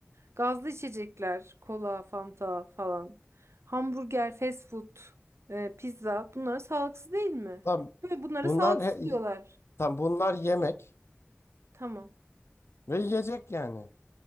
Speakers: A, on the right (about 75°); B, on the left (about 70°).
A: gazlı içecekler, kola, fanta falan, hamburger, fast food, e, pizza, bunlar sağlıksız değil mi?
B: Tam
A: Böyle bunlara
B: bunlar
A: sağlıksız
B: he-
A: diyorlar.
B: tam bunlar yemek
A: Tamam.
B: ve yiyecek yani.